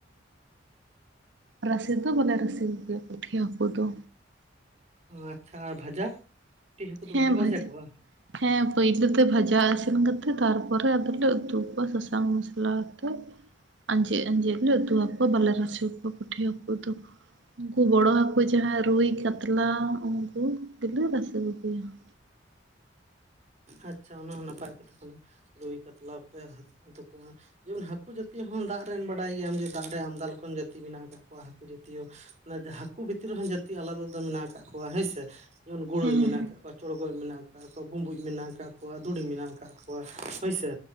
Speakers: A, on the right (about 70°); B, on the right (about 35°).
A: ᱨᱟᱥᱮ ᱫᱚ ᱵᱟᱞᱮ ᱨᱟᱥᱮ ᱜᱮᱭᱟ ᱯᱩᱴᱷᱤ ᱦᱟᱹᱠᱩ ᱫᱚ᱾
B: ᱟᱪᱪᱷᱟ, ᱟᱨ ᱵᱷᱟᱡᱟ? ᱯᱩᱴᱤ ᱦᱟᱹᱠᱩ ᱫᱚ
A: ᱦᱮᱸ
B: ᱵᱟᱯᱮ
A: ᱵᱷᱟᱡᱟ᱾
B: ᱠᱚᱣᱟ
A: ᱦᱮᱸ ᱯᱳᱭᱞᱳ ᱛᱮ ᱵᱷᱟᱡᱟ ᱤᱥᱤᱱ ᱠᱟᱛᱮᱜ ᱛᱟᱨᱯᱚᱨᱮ ᱟᱫᱚᱞᱮ ᱩᱛᱩ ᱠᱚᱣᱟ ᱥᱟᱥᱟᱝ ᱢᱚᱥᱞᱟ ᱟᱛᱮᱜ᱾ ᱟᱸᱡᱮᱫ ᱟᱸᱡᱮᱫ ᱞᱮ ᱩᱛᱩ ᱦᱟᱠᱳᱭᱟ ᱵᱟᱞᱮ ᱨᱟᱥᱮᱭᱟᱠᱣᱟ ᱯᱩᱴᱷᱤ ᱦᱟᱹᱠᱩ ᱫᱚ᱾ ᱩᱱᱠᱩ ᱵᱚᱲᱚ ᱦᱠᱩ ᱡᱟᱦᱟᱸᱭ ᱨᱩᱭ ᱠᱟᱛᱞᱟ ᱩᱱᱠᱩ ᱜᱮᱞᱮ ᱨᱟᱥᱮ ᱠᱚᱣᱟ᱾ <unintelligible>
B: ᱟᱪᱪᱷᱟ ᱚᱱᱟ ᱦᱚᱸ ᱱᱟᱯᱟᱭ ᱠᱟᱛᱷᱟ ᱠᱟᱱᱟ ᱨᱩᱭ ᱠᱟᱛᱞᱟ ᱯᱮ ᱩᱛᱩ ᱠᱚᱣᱟ᱾ ᱡᱮᱢᱚᱱ ᱦᱟᱹᱠᱩ ᱡᱟᱹᱛᱤᱚ ᱦᱚᱸ ᱫᱟᱜ ᱨᱮᱱ ᱵᱟᱰᱟᱭ ᱜᱮᱭᱟᱢ ᱡᱮ ᱫᱟᱜ ᱨᱮ ᱟᱢᱫᱟ ᱞᱮᱠᱟᱱ ᱡᱟᱹᱛᱤ ᱢᱮᱱᱟᱜ ᱟᱠᱟᱫ ᱠᱚᱣᱟ ᱦᱟᱹᱠᱩ ᱡᱟᱹᱛᱤᱭᱚ ᱚᱱᱟᱮ ᱦᱟᱹᱠᱩ ᱵᱷᱤᱛᱤᱨ ᱨᱮᱦᱚᱸ ᱡᱟᱹᱛᱤ ᱟᱞᱟᱫᱟ ᱟᱞᱟᱫᱟ ᱢᱮᱱᱟᱜ ᱟᱠᱟᱟᱜ ᱠᱚᱣᱟ ᱦᱮᱸᱥᱮ, ᱡᱮᱢᱚᱱ ᱜᱳᱲᱳᱭ
A: ᱦᱮᱸ
B: ᱢᱮᱱᱟᱜ ᱟᱠᱟᱫ ᱠᱚᱣᱟ ᱪᱚᱲᱜᱚᱡ ᱢᱮᱱᱟᱜᱫ ᱠᱚᱣᱟ ᱵᱩᱸᱵᱩᱡ ᱢᱮᱱᱟᱜ ᱟᱠᱟᱫ ᱠᱚᱣᱟ ᱫᱩᱲᱤ ᱢᱮᱱᱟᱜ ᱟᱠᱟᱫ ᱠᱚᱣᱟ ᱦᱳᱭᱥᱮ᱾